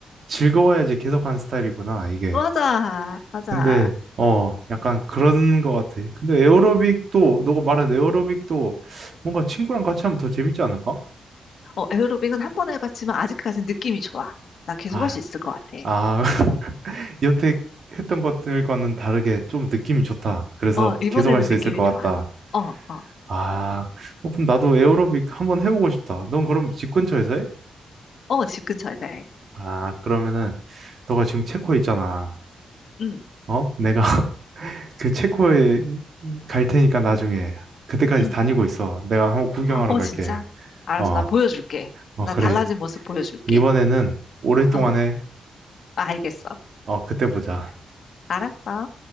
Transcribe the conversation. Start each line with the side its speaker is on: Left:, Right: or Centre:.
Right: 즐거워야지 계속하는 스타일이구나, 이게.
Left: 맞아, 맞아.
Right: 근데, 어, 약간 그런 것 같아. 근데 에어로빅도, 너가 말한 에어로빅도 뭔가 친구랑 같이 하면 더 재밌지 않을까?
Left: 어, 에어로빅은 한 번 해봤지만 아직까지는 느낌이 좋아. 나 계속
Right: 아,
Left: 할 수 있을 것 같아.
Right: 아, <laughs> 여태 했던 것들과는 다르게 좀 느낌이 좋다. 그래서
Left: 어, 이번에는
Right: 계속 할 수
Left: 느낌이
Right: 있을 것 같다.
Left: 좋아. 어, 어,
Right: 아, 어, 그럼 나도 에어로빅 한번 해보고 싶다. 넌 그럼 집 근처에서 해?
Left: 어, 집 근처에서 해.
Right: 아, 그러면은 너가 지금 체코에 있잖아.
Left: 응,
Right: 어? 내가 <laughs> 그 체코에 갈 테니까 나중에 그때까지
Left: 응.
Right: 다니고 있어. 내가 한번 구경하러
Left: 어,
Right: 갈게.
Left: 진짜? 알았어,
Right: 어,
Left: 나 보여줄게.
Right: 어,
Left: 나
Right: 그래.
Left: 달라진 모습 보여줄게.
Right: 이번에는 오랫동안에
Left: 어, 알겠어.
Right: 어, 그때 보자.
Left: 알았어.